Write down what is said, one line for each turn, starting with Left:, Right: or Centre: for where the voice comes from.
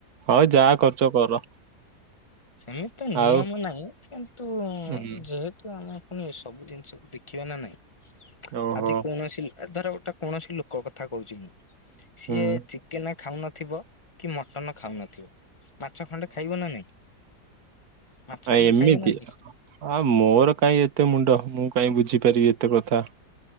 Right: ଆ ଯାହା କରୁଛ କର।
Left: ସେମିତି ତ ନିୟମ
Right: ଆଉ
Left: ନାହିଁ କିନ୍ତୁ
Right: ହୁଁ
Left: ଯେହେ ତ ଆମେ ପୁଣି ଏସବୁ ଜିନିଷକୁ ଦେଖିବା ନା ନାଇଁ
Right: ଓହୋ
Left: ଆଜି କୌଣସି ଧର ଗୋଟେ କୌଣସି ଲୋକ କଥା କହୁଛି ମୁଁ ସିଏ
Right: ହୁଁ ହୁଁ
Left: ଚିକେନ ଖାଉନଥିବ କି ମଟନ ଖାଉନଥିବ ମାଛ ଖଣ୍ଡେ ଖାଇବ ନା ନାଇଁ? ମାଛ
Right: ଅ
Left: ଖଣ୍ଡେ
Right: ଏମିତି
Left: ଖାଇବ ନା ନାଇଁ
Right: ଅ ମୋର କାଇଁ ଏତେ ମୁଣ୍ଡ ମୁଁ କାଇଁ ବୁଝିପାରିବି ଏତେ କଥା।